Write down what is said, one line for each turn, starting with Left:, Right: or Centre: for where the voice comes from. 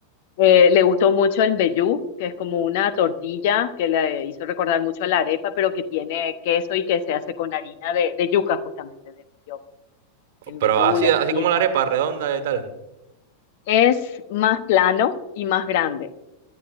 Left: Eh, le gustó mucho el mbejú, que es como una tortilla que le hizo recordar mucho a la arepa, pero que tiene queso y que se hace con harina de, de yuca, justamente, de mandioca. El mbejú,
Right: Pero así,
Left: la
Right: así
Left: chipa.
Right: como la arepa redonda y tal.
Left: Es más plano y más grande,